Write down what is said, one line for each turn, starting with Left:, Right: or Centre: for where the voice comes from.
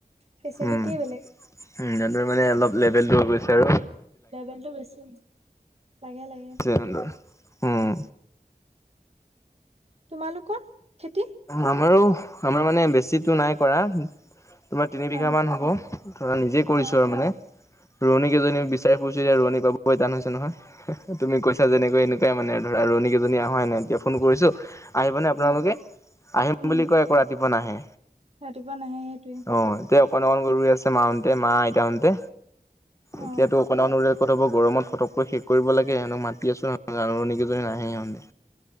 Right: ফেচিলিটিয়ে
Left: উম, উম,
Right: বেলেগ
Left: সিহঁতৰ মানে অলপ লেভেল দিব বিচাৰে
Right: লেভেলটো বেছি, লাগে- লাগে।
Left: <unintelligible> উম
Right: তোমালোকৰ খেতি
Left: আমাৰো আমাৰ মানে বেছিটো নাই কৰা তোমাৰ তিনি বিঘা
Right: অ
Left: মান হ'ব, ধৰা নিজে কৰিছো
Right: অ
Left: আৰু মানে। ৰোৱনী কেইজনী বিচাৰি ফুৰিছো এতিয়া ৰোৱনী পাবই টান হৈছে নহয়, তুমি কৈছা যেনেকৈ এনেক মানে ধৰা ৰোৱনী কেইজনী অহাই নাই, এতিয়া ফোন কৰিছোঁ আহিব নে আপোনালোকে।
Right: অ
Left: আহোম
Right: উম
Left: বুলি কৈ আকৌ ৰাতিপুৱা নাহে।
Right: ৰাতিপুৱা নাহে সেইটোৱে
Left: অ', এতিয়া অকণ- অকণকে ৰুই আছে মাহতে মা আইতাহতে,
Right: অ
Left: এতিয়াতো অকণ- অকণ ত হ'ব গৰমত ফতককৈ শেষ কৰিব লাগে, সিহঁতক মাতি আছো ৰোৱনী কেইজনী নাহে সিহঁতে।